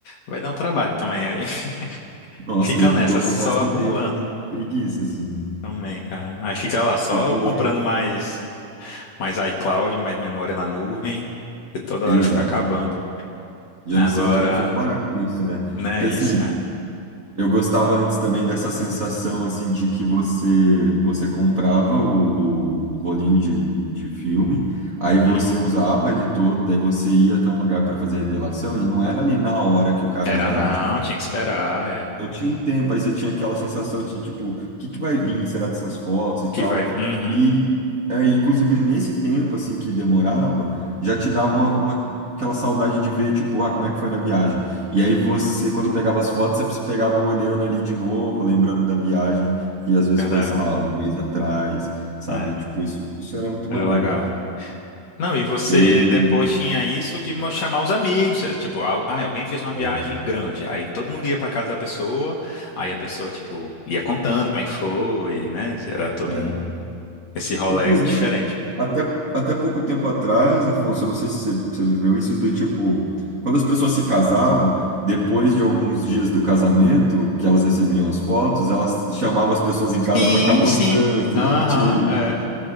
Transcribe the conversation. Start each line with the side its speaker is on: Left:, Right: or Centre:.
Left: vai dar um trabalho também. Aí <laughs>
Right: Nossa,
Left: fica
Right: eu,
Left: nessa,
Right: eu
Left: só
Right: confesso que
Left: acumulando
Right: tenho preguiça, assim.
Left: também, cara. Aí fica lá, só
Right: Porque.
Left: comprando mais. mais iCloud, mais memória na nuvem, e toda
Right: Exato.
Left: hora fica acabando.
Right: E eu
Left: Agora,
Right: não sei onde que a gente vai parar com isso, né?
Left: né,
Right: Porque, assim,
Left: isso, cara?
Right: eu gostava antes também dessa sensação, assim, de que você você comprava o, o rolinho de, de filme, aí você
Left: Uhum.
Right: usava ele todo, daí você ia até um lugar para fazer revelação, e não era ali na hora que o cara
Left: Era
Right: já,
Left: não,
Right: tipo,
Left: tinha que esperar, é.
Right: Não tinha um tempo, aí você tinha aquela sensação de tipo, o que que vai vir, será dessas fotos e
Left: Que
Right: tal.
Left: vai. Uhum,
Right: E é, inclusive nesse tempo assim que demorava, já te dava uma, uma- aquela saudade de ver tipo, ah, como é que foi na viagem. E aí você quando pegava as fotos, você se pegava olhando ali de novo, lembrando da viagem, que às vezes
Left: verdade.
Right: foi, sei lá, um mês atrás, sabe?
Left: É,
Right: Tipo, isso, isso era muito
Left: era
Right: maneiro.
Left: legal. Não, e você
Right: Eu
Left: depois tinha isso de mo- chamar os amigos, é, tipo, al- ah, alguém fez uma
Right: é,
Left: viagem grande, aí todo mundo ia pra casa da pessoa, aí a pessoa, tipo, ia contando como é que foi, né? Era todo
Right: é.
Left: um, esse rolê
Right: Inclusive
Left: diferente, né?
Right: Até, até pouco tempo atrás, Afonso, eu não sei se você, você viveu isso, do tipo, quando as pessoas se casavam, depois de alguns dias do casamento, que elas recebiam as fotos, elas chamavam as pessoas em casa
Left: Sim,
Right: para ficar mostrando,
Left: sim.
Right: assim,
Left: Aham,
Right: eu tinha...
Left: é.